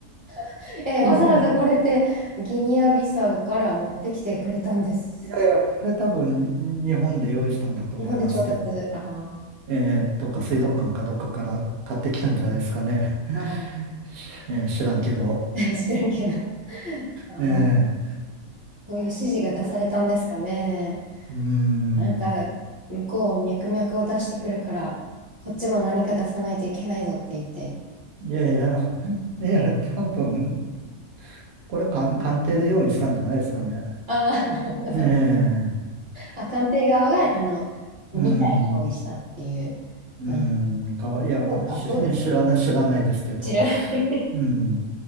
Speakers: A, on the right; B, on the right.
A: <laughs> え、
B: <laughs>
A: わざわざこれってギニアビサウから持ってきてくれたんです。
B: いやいや、これ多分日本で用意したんだと思いますけど
A: 日本で調達。ああ、
B: えー、どっか水族館かどっかから買ってきたんじゃないですかね。
A: なんか、ああー。
B: <laughs> えー、知らんけど。
A: <laughs> 知らんけど。あー、
B: えー、
A: そういう指示が出されたんですかね。
B: うーん。
A: なんか、向こうは脈々を出してくるから、こっちも何か出さないといけないぞって言って。
B: いやいや、<laughs> いや、多分、これ鑑鑑定で用意したんじゃないですかね。
A: ああ、なるほど。
B: ええ
A: あ、官邸側が、あの、2体用意したっていう。
B: うん、う
A: あ、
B: ん、か、いや、
A: そうか、
B: し知らない、
A: そうです。
B: 知らないですけど。
A: 知らない。
B: うん。